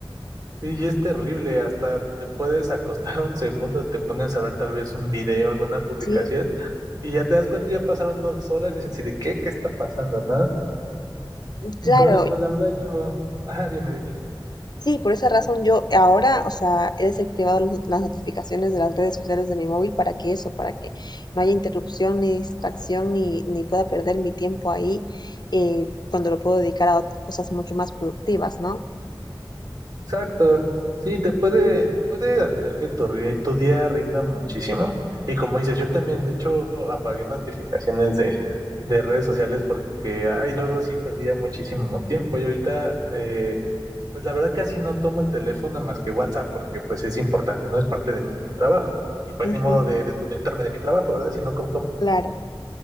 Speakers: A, on the right (about 45°); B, on the left (about 50°).
A: Sí, y es terrible, hasta te puedes acostar un segundo, te pones a ver tal vez un video, alguna publicación,
B: Sí,
A: y ya te das cuenta, ya pasaron dos horas y dices, ¿y de qué? ¿Qué está pasando, no? Entonces,
B: claro.
A: pues la verdad yo... Ajá, dime, dime.
B: Sí, por esa razón yo ahora, o sea, he desactivado las not- las notificaciones de las redes sociales de mi móvil para que eso, para que no haya interrupción ni distracción ni, ni pueda perder mi tiempo ahí eh, cuando lo puedo dedicar a ot- cosas mucho más productivas, ¿no?
A: Exacto. Sí, te puede, puede hacer que tu, ri- tu día rinda muchísimo. Y como dices, yo también, de hecho, apagué notificaciones de, de redes sociales porque, ay, luego sí perdía muchísimo tiempo. Y ahorita, eh, pues la verdad casi no tomo el teléfono más que WhatsApp porque pues es importante, no es parte de mi trabajo. Y pues
B: Ujú,
A: ni modo de desconectarme de mi trabajo, ¿verdad? Sino como, como.
B: claro,